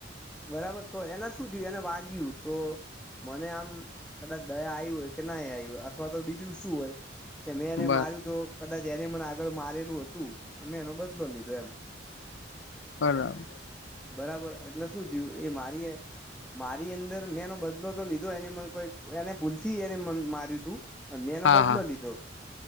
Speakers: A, in the centre; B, on the left.
A: બરાબર તો એના શું થયું એને વાગય્યું તો મને આમ કદાચ દયા આવી હોય કે નહી આવી હોય અથવા તો બીજું શું? હોય, કે મેંને
B: બ
A: મારું તો બા જેને મને આગળ મારેલું હતુ, અમે એનો બદલો લીધો એમ
B: હરામ
A: બરાબર એટલે શું થયું એ મારી એ મારી અંદર મેં એનો બદલો તો લીધો એને મને કોઈ એને ભૂલથી એને મ માર્યું તુ અને મેંનો
B: હા
A: બદલો
B: હા
A: લીધો